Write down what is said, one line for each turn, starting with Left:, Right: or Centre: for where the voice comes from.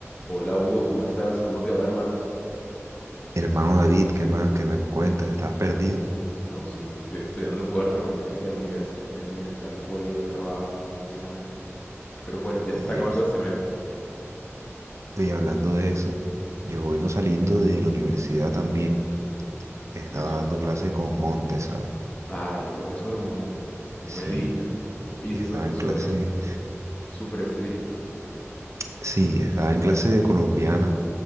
Left: Hola Hugo, ¿cómo estás? ¿Cómo te va, hermano?
Right: Hermano David, ¿qué más? ¿Qué me cuentas? Estabas perdido.
Left: No, sí, estoy estudiando fuerte. Imagínate que la universidad me tiene hasta el cuello de trabajos y de exámenes. Pero pues ya
Right: Y
Left: se está acabando
Right: eso.
Left: el semestre.
Right: Y hablando de eso, yo vengo saliendo de la universidad también. Estaba
Left: ¿Y eso?
Right: dando clase con Monte, ¿sabes?
Left: Ah, y el profesor Montes, no
Right: Sí,
Left: me digas. Y ese
Right: estaba
Left: profesor
Right: en clase.
Left: es súper estricto.
Right: Sí, estaba en clase de colombiana